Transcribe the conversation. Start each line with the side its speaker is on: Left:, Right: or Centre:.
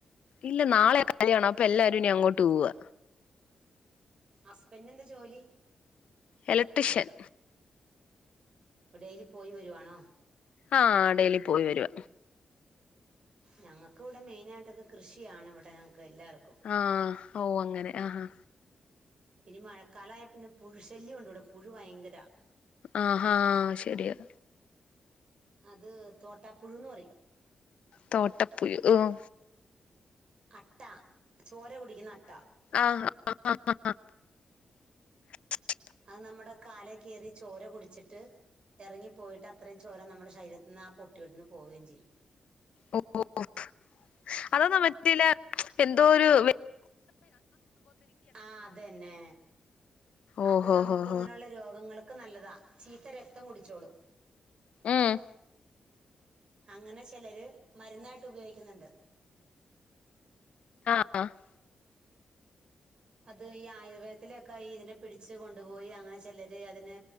Left: ഇല്ല നാളെ <unintelligible> അപ്പ എല്ലാരും ഇനി അങ്ങോട്ട് പോവാ
Right: ഹസ്ബൻ്റിനെന്താ ജോലി
Left: എലക്ട്രിഷ്യൻ
Right: ഡെയ്ലി പോയി വരുവാണോ
Left: ആഹ് ഡെയിലി പോയി വരുവ
Right: ഞങ്ങ ക്കൂടെ മെയ്നായ്ട്ടൊക്കെ കൃഷി ഇയാണ് ഇവിടെ എല്ലാവർക്കും
Left: ആ ഓ അങ്ങനെ ആഹാ
Right: ഇനി മഴക്കാലായ പിന്നെ പുഴു ശല്ല്യാണ്ട് ഇവിടെ പുഴു ഭയങ്കരാ
Left: ആ ഹാ ശരിയാ
Right: അത് തോട്ടാപ്പുഴൂന്ന് പറയും
Left: തോട്ടപ്പുഴു ഹ്
Right: അട്ട, ചോര കുടിക്കുന്ന അട്ട
Left: ആഹ് <unintelligible>
Right: അത് നമ്മടെ കാലേ കേറി ചോര കുടിച്ചിട്ട് എറങ്ങിപ്പോയിട്ട് അത്രേം ചോര നമ്മടെ ശരീരത്തിന്ന് ആ പൊട്ടിയോട്ത്ത്ന്ന് പോവേം ചെയ്യും
Left: <unintelligible> അതാണോ മറ്റേ ഇല്ലേ എന്തോ ഒരു -
Right: ആ അത് തന്നെ
Left: ഓഹോ
Right: അത്‌ നമക്ക്
Left: ഹോ ഹോ
Right: ഇങ്ങനെയുള്ള രോഗങ്ങൾക്ക് നല്ലതാ ചീത്ത രക്തം കുടിച്ചോളും
Left: ഉം
Right: അങ്ങനെ ചെലര് മര്ന്നായിട്ട് ഉപയോയ്ക്ക്ന്ന്ണ്ട്
Left: ആ <inaudible>
Right: അത് ഈ ആയുർവേദത്തിലൊക്കെ ഈ ഇതിനെ പിടിച്ച് കൊണ്ടുപോയി അങ്ങനെ ചെലര് അതിന്